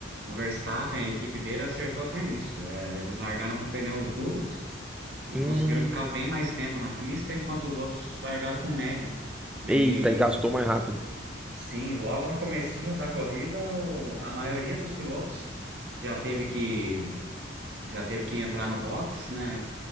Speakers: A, on the right; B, in the centre.
A: o Verstappen, a equipe dele acertou até nisso. É, eles largaram com pneus duros e
B: Hum.
A: conseguiram ficar bem mais tempo na pista, enquanto os outros largaram com médio. E
B: Eita, e gastou mais rápido.
A: Sim, logo no comecinho da corrida, o- a maioria dos pilotos já teve que já teve que entrar no box, né?